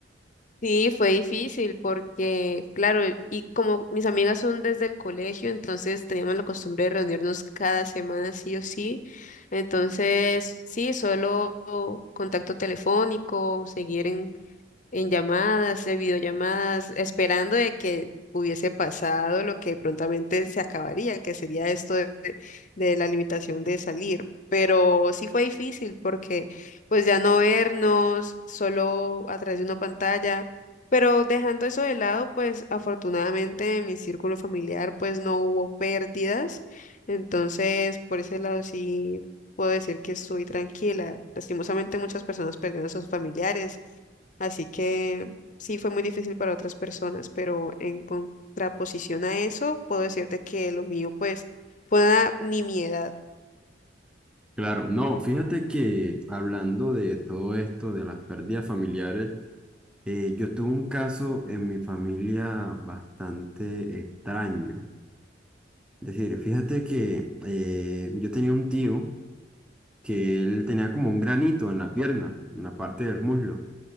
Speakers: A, on the left; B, in the centre.
A: Sí, fue difícil porque, claro, y como mis amigas son desde el colegio, entonces teníamos la costumbre de reunirnos cada semana sí o sí. Entonces, sí, solo contacto telefónico, seguir en en llamadas, en videollamadas, esperando de que hubiese pasado lo que prontamente se acabaría, que sería esto de, de la limitación de salir. Pero sí fue difícil porque pues ya no vernos solo a través de una pantalla, pero dejando eso de lado, pues afortunadamente en mi círculo familiar pues no hubo pérdidas, entonces por ese lado sí puedo decir que estoy tranquila. Lastimosamente muchas personas perdieron a sus familiares Así que sí fue muy difícil para otras personas, pero en contraposición a eso, puedo decirte que lo mío, pues, fue una nimiedad.
B: Claro, no, fíjate que hablando de todo esto, de las pérdidas familiares, eh, yo tuve un caso en mi familia bastante extraño. Es decir, fíjate que eh, yo tenía un tío que él tenía como un granito en la pierna, en la parte del muslo.